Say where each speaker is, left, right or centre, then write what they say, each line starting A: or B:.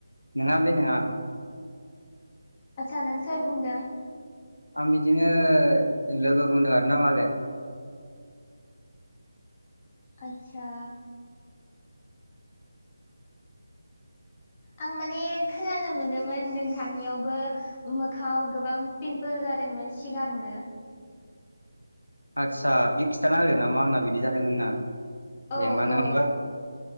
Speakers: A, on the left; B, on the left.
A: नङा बे नङा
B: आदसा नों सोर बुंदों
A: आं बिदिनो लोगो होनदों आरोना माबे
B: आदसा आं माने खोनानो मोनोमोन नोंथांनियावबो मोखाङाव गोबां पिमपोल जादोंमोन सिगाङो
A: आदसा बे खिन्थाना हो नामा आंना बिदि जादों होनना
B: औ
A: ए मानो
B: औ
A: मोनबा